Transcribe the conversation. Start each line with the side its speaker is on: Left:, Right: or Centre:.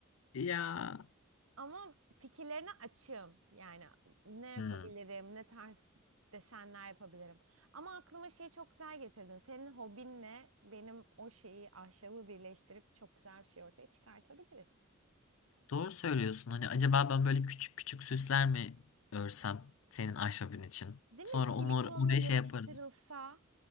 Left: Ya.
Right: Ama fikirlerine açığım. Yani ne yapabilirim,
Left: Hmm,
Right: ne tarz desenler yapabilirim. Ama aklıma şey çok güzel getirdin. Senin hobinle benim o şeyi, ahşabı birleştirip çok güzel bir şey ortaya çıkartabiliriz.
Left: Doğru söylüyorsun. Hani acaba ben böyle küçük küçük süsler mi örsem senin ahşabın için?
Right: Değil
Left: Sonra
Right: mi? Silikonla
Left: onu or- oraya
Right: yapıştırılsa
Left: şey yaparız.